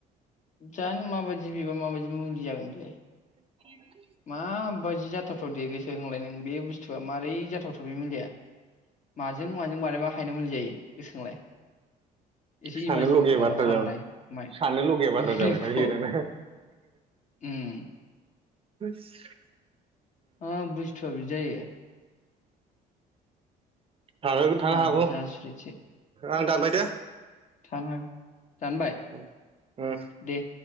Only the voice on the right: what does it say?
<inaudible>
सानो
लगिया
बाथ्रा
जाबाय
सानो लगिया बाथ्रा
जाबायना बियो दाना
हो सि
<unintelligible> थानोबो
थानो हागौ
आं दानबाय दे
उ उम